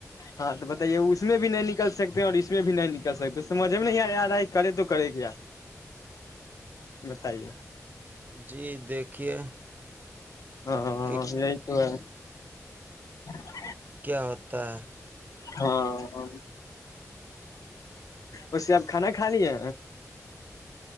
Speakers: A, on the left; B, on the right.
A: ہاں تو بتائیے اس میں بھی نہیں نکل سکتے اور اس میں بھی نہیں نکل سکتے سمجھ میں نہیں آ آ رہا ہے کرے تو کرے کیا بتائیے
B: جی دیکھیے
A: ہاں
B: کہ
A: یہئی تو ہے جچ <inaudible>
B: کیا ہوتا ہے
A: ہاں ہاں اسے آپ کھانا کھا لیے